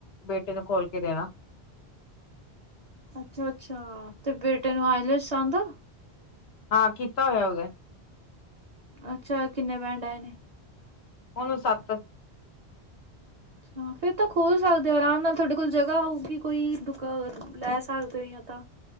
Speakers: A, on the left; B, on the right.
A: ਬੇਟੇ ਨੂੰ ਖੋਲ ਕੇ ਦੇਣਾ।
B: ਅੱਛਾ-ਅੱਛਾ, ਤੇ ਬੇਟੇ ਨੂੰ ਆਈਲੇਟ੍ਸ ਆਂਦਾ।
A: ਹਾਂ ਕੀਤਾ ਹੋਇਆ ਉਹਦੇ
B: ਅੱਛਾ ਕਿੰਨੇ ਬੇਂਡ ਆਏ ਨੇ?
A: ਉਹਨੂੰ ਸੱਤ
B: ਅੱਛਾ। ਫੇਰ ਤਾਂ ਖੋਲ ਸਕਦੇ ਹੋ ਆਰਾਮ ਨਾਲ, ਤੁਹਾਡੇ ਕੋਲ ਜਗ੍ਹਾ ਹੋਊਗੀ ਕੋਈ ਦੁਕ ਲੈ ਸਕਦੇ ਹੋ ਜਾਂ ਕੁੱਤਾ